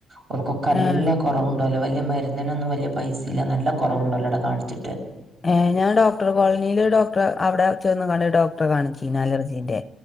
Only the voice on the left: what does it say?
ഏഹ്
ഏഹ്, ഞാൻ ഡോക്ടർ കോൾനീല് ഡോക്ടറെ അവ്ടെ ചെന്ന്കാണ്ട് ഡോക്ടറെ കാണിച്ചീന് അലർജീന്റെ